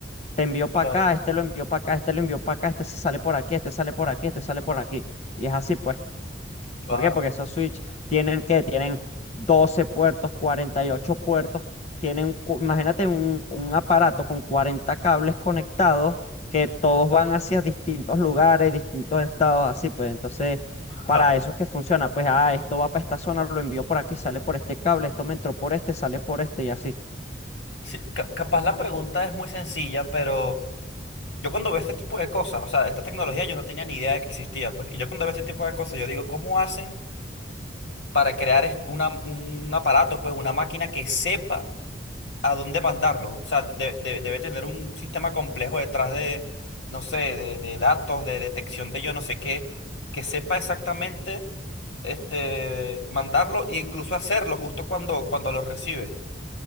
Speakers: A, on the left; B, on the left.
A: te envió para
B: claro.
A: acá, este lo envió para acá, este lo envió para acá, este se sale por aquí, este sale por aquí, este sale por aquí. Y es así, pues. ¿Por
B: Ah,
A: qué? Porque esos switch tienen que, tienen 12 puertos, 48 puertos, tienen, imagínate un, un aparato con 40 cables conectados que todos van hacia distintos lugares, distintos estados, así, pues. Entonces,
B: ja.
A: para eso es que funciona, pues, ah, esto va para esta zona, lo envío por aquí, sale por este cable, esto me entró por este, sale por este y así.
B: Sí, ca- capaz la pregunta es muy sencilla, pero yo cuando veo este tipo de cosas, o sea, esta tecnología yo no tenía ni idea de que existía, pues. Y yo cuando veo este tipo de cosas, yo digo, ¿cómo hacen? para crear es- una- un aparato, pues una máquina que sepa a dónde mandarlo. O sea, de- de- debe tener un sistema complejo detrás de, no sé, de, de datos, de detección de yo no sé qué, que sepa exactamente este, mandarlo e incluso hacerlo justo cuando, cuando lo recibe,